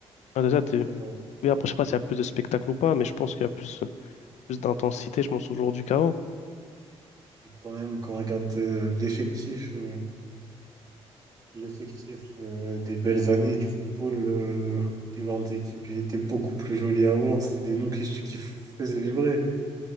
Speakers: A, on the left; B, on the right.
A: Ah, déjà, de-
B: c'est vrai.
A: oui, après, je sais pas s'il y a plus de spectacle ou pas, mais je pense qu'il y a plus, plus d'intensité, je pense, aujourd'hui qu'avant.
B: Et quand même, quand on regarde euh, l'effectif euh, l'effectif euh, des belles années du football, euh, des grandes équipes, il était beaucoup plus joli à voir. C'était des noms qui, qui faisaient vibrer,